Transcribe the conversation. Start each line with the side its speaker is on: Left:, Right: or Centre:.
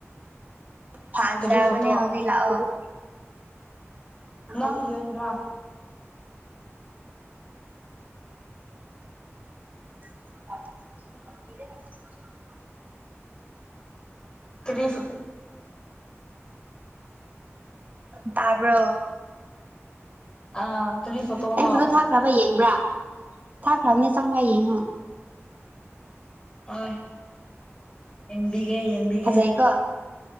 Right: ꯐꯖꯥ
Left: ꯀꯔꯤ ꯐꯣꯇꯣ
Right: ꯃꯅꯤ ꯍꯧꯖꯤ ꯂꯥꯑꯣ
Left: ꯅꯪ
Right: ꯉꯥꯏꯈꯣ
Left: ꯌꯣꯟꯕ꯭ꯔꯥ
Right: <inaudible>
Left: ꯇ꯭ꯔꯤꯐ
Right: ꯇꯔꯕ꯭ꯔ
Left: ꯑꯥ ꯀꯔꯤ ꯐꯣꯇꯣꯅꯣ
Right: ꯑꯩ ꯐꯗ ꯊ ꯈ꯭ꯔꯕ ꯌꯦꯡꯕ꯭ꯔꯥ ꯊꯥꯈ꯭ꯔꯕꯅꯤ ꯆꯪꯉ ꯌꯦꯡꯉꯣ
Left: ꯑ ꯏꯡꯕꯤꯒꯦ ꯌꯦꯡꯕꯤꯒꯦ
Right: ꯐꯖꯩꯀꯣ